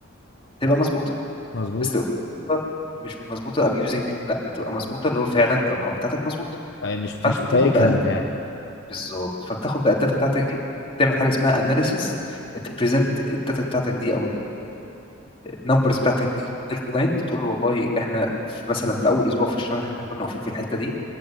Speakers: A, on the left (about 30°); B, on the left (about 65°).
A: تبقى مظبوطه
B: مظبوط
A: بس تبقى مظبوطة- مش مظبوطه ابيوزنج لا بتبقى مظبوطه اللي هو فعلا الارقام بتاعتك مظبوطه
B: أي مش
A: فانت
B: مش فايكها
A: بتاخد بقى
B: انت يعني
A: بالظبط فبتاخد بقى الداتا بتاعتك دي تعمل حاجه اسمها اناليسيز تبريزنت الداتا بتاعتك دي او النمبرز بتاعتك دي للكلاينت تقول له والله احنا في- مثلا في اول اسبوع في الشهر احنا كنا واقفين في الحته دي